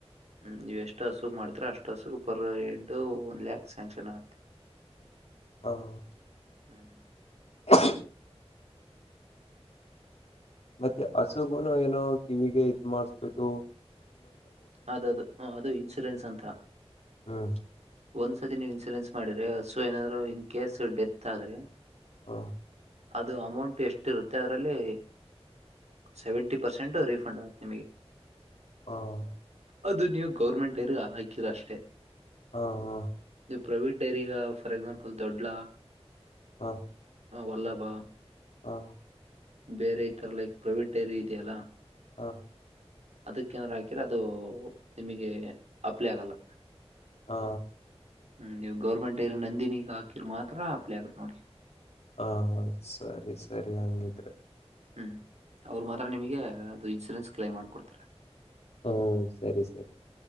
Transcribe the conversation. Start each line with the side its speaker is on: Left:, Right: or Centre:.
Right: ಹು ನೀವು ಎಷ್ಟು ಹಸು ಮಾಡ್ತೀರಾ ಅಷ್ಟ ಹಸು ಪರ್ ಎಟ್ಟು ಒಂದ್ ಲ್ಯಾಕ್ ಸ್ಯಾಂಕ್ಷನ್ ಆಗತ್ತೆ. <inaudible>
Left: ಹಾ <inaudible>
Right: ಹಾ <inaudible>
Left: ಹ <inaudible> ಮತ್ತೆ ಹಸಗುನು ಏನೋ ಕಿವಿಗೆ ಇದ್ ಮಾಡಸ್ಬಿಟ್ಟು
Right: ಅದದು -ಅದು ಇನ್ಸೂರೆನ್ಸ್ ಅಂತ.
Left: ಹಾ <inaudible>
Right: ಒಂದ್ಸತಿ ನೀವ್ ಇನ್ಸೂರೆನ್ಸ್ ಮಾಡಿದ್ರೆ ಹಸು ಏನಾದ್ರು ಇನ್ ಕೇಸ್ ಡೆತ್ ಆದ್ರೆ
Left: ಹಾ,
Right: ಅದು ಅಮೌಂಟ್ ಎಷ್ಟ ಇರುತ್ತೆ ಅದರಲ್ಲಿ ಸೆವೆಂಟಿ ಪರ್ಸೆಂಟ್ ರೀಫಂಡ್ ಆಯತು ನಿಮಗೆ.
Left: ಹ್ಮ <unintelligible>
Right: ಅದು ನೀವು ಗೌರ್ಮೆಂಟ್ ಏನ್ ಅನ್ನಕ್ಕಿಲ್ಲಅಷ್ಟೇ,
Left: ಹಾ, ಹಾ
Right: ನೀವು ಪ್ರೈವೇಟ್ ಡೈರಿಗ ಫಾರ್ <unintelligible> ಎಕ್ಸಾಂಪಲ್ ದೊಡ್ಡಾ
Left: ಹಾ <inaudible>
Right: ಹ, ವಲ್ಲಭಾ
Left: ಹಾ,
Right: ಬೇರೆ ಈ ತರ ಲೈಕ್ ಪ್ರೈವೇಟ್ ಡೈರಿ ಇದೆಯಲ್ಲಾ,
Left: ಹಾಂ <inaudible>
Right: ಅದಕ್ಕ ಏನಾರ ಹಾಕಿರ ಅದು ನಿಮಗೆ ಅಪ್ಲೈ ಆಗಲ್ಲ.
Left: ಹಾ,
Right: ಹ್ಮ, ನೀವು ಗೌರ್ಮೆಂಟ ಏರಿ ನಂದಿನಿಗ ಹಾಕಿದರ್ ಮಾತ್ರ ಹಪ್ಲೇ ಆಗತ್ತ ನೋಡಿ.
Left: ಹ, ಸರಿ -ಸರಿ ಹಂಗಿದ್ರೆ.
Right: ಹ್ಮ್, ಅವ್ರು ಮಾತ್ರ ನಿಮಗೆ ಅದು ಇನ್ಶೂರೆನ್ಸ್ ಕ್ಲೈಮ್ ಮಾಡ್ಕೊಡ್ತಾರೆ.
Left: ಹ್ಮ್, ಸರಿ ಸರಿ